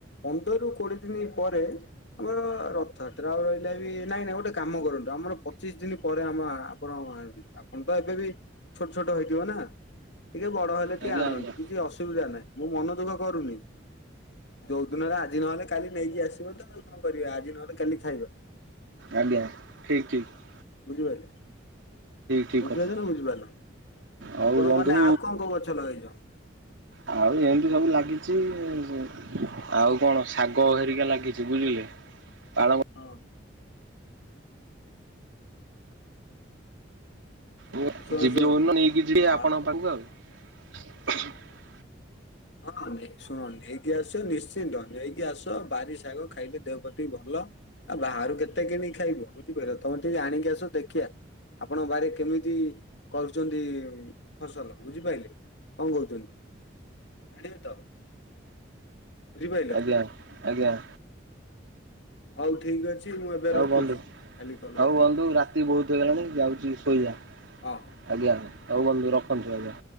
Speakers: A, on the left (about 65°); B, on the right (about 80°).
A: ପନ୍ଦରରୁ କୋଡିଏ ଦିନି ପରେ ଆମର ର ରଥଯାତ୍ରା ଆଉ ରହିଲା ବି ନାଇଁ ନାଇଁ ଗୋଟେ କାମ କରନ୍ତୁ ଆମର ପଚିଶ ଦିନି ପରେ ଆମ ଆ ପଣ ଏ ବି ଆପଣ ତ ଏବେ ବି ଛୋଟ ଛୋଟ ହେଇଥିବ ନା। ଟିକେ ବଡ ହେଲେ ଟିକେ
B: ଆଜ୍ଞା
A: ଆଣନ୍ତୁ
B: ଆଜ୍ଞା
A: କିଛି ଅସୁବିଧା ନାହିଁ। ମୁଁ ମନ ଦୁଃଖ କରୁନି ଯୋଉ ଦିନରେ ଆଜି ନହେଲେ କାଲି ନେଇକି ଆସିବ ତ ଆଉ କଣ କରିବେ ଆଜି ନହେଲେ କାଲି ଖାଇବ।
B: ଆଜ୍ଞା ଠିକ ଠିକ।
A: ବୁଝିପାଇଲେ
B: ଠିକ୍
A: ବୁଝିପାରୁଚ
B: କଥା
A: ନା ବୁଝିପାରୁନ। ଆପଣମାନେ
B: ଆଉ ବନ୍ଧୁ
A: ଆଉ କଣ କଣ ଗଛ ଲଗେଇଚ?
B: ଆଉ ଏମତି ସବୁ ଲାଗିଚି ଏ ସେ ଆଉ କଣ ଶାଗ ହେରିକା ଲାଗିଛି ବୁଝିଲେ ପାଳଙ୍ଗ
A: ହଉ
B: ମୁଁ
A: ଶୁଣ
B: ଯିବି
A: ଶୁଣ
B: ଯୋଉଦିନ
A: ଶୁଣ
B: ନେଇକି ଯିବି ଆପଣଙ୍କ
A: ଆ
B: ପାଖକୁ ଆଉ <inaudible>
A: ହଁ ନେଇ ଶୁଣ ନେଇକି ଆସ ନିଶ୍ଚିନ୍ତ ନେଇକି ଆସ ବାରି ଶାଗ ଖାଇଲେ ଦେହ ପ୍ରତି ଭଲ ଆ ବାହାରୁ କେତେ କିଣିକି ଖାଇବ ବୁଝିପାରିଲ ତମ ଟିକେ ଆଣିକି ଆସ ଦେଖିବା ଆପଣଙ୍କ ବାରି ରେ କେମିତି କରୁଛନ୍ତି ଫସଲ ବୁଝିପାଇଲେ କଣ କହୁଛନ୍ତି ଆଣିବେ ତ ବୁଝିପାଇଲ।
B: ଆଜ୍ଞା ଆଜ୍ଞା
A: ହଉ ଠିକ ଅଛି ମୁଁ ଏବେ
B: ଆଉ
A: ରଖୁଛି
B: ବନ୍ଧୁ।
A: କାଲି କଲ
B: ହଉ
A: କରିବି
B: ବନ୍ଧୁ
A: ଆଉ
B: ରାତି
A: କଥା
B: ବହୁତ
A: ହବା
B: ହେଇଗଲାଣି ଯାଉଛି ଶୋଇବା
A: ହଁ ହଁ।
B: ଆଜ୍ଞା ହଉ ବନ୍ଧୁ ରଖନ୍ତୁ ଆଜ୍ଞା